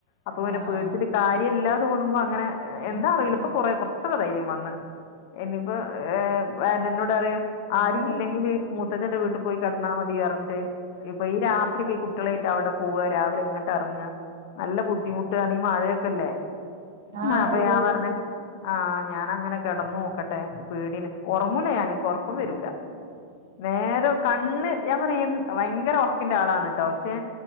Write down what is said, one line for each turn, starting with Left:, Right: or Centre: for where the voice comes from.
Left: അപ്പൊ പിന്നെ
Right: ആഹ്
Left: പേടിച്ചിട്ട് കാര്യംല്ലാ തോന്നുമ്പോ അങ്ങനെ എന്താ അറിയില്ല പ്പ കൊറേ കുറ ച്ചകെ ധൈര്യം വന്ന് ഇനിപ്പോ ഏഹ് എന്നോടറയാ
Right: അതന്നെ
Left: ആരൂല്ലെങ്കില് മുത്തച്ഛന്റെ വീട്ടി പോയി കടന്നാൽ മതി പറഞ്ഞിട്ട് ഇപ്പൊ ഈ രാത്രി ഒക്കെ ഈ കുട്ട്യാളയിട്ട് അവിടെ പോവ രാവിലെ ഇങ്ങട്ട് ഇറങ്ങ നല്ല ബുദ്ധിമുട്ടു ആണ് ഈ മഴയൊക്കെ ല്ലേ
Right: ആഹ്
Left: അപ്പൊ
Right: ഈ
Left: ഞാൻ പറഞ്ഞ ആഹ് ഞാനങ്ങനെ കിടന്നു നോക്കട്ടെ പേടിയാണ് ഉറങ്ങൂല ഞാൻ എനിക്ക് ഉറക്കം വരൂല. നേര കണ്ണ് ഞാൻ പറയാ ഭയങ്കര ഉറക്കിന്റെ ആളാണ് ട്ടോ പക്ഷെ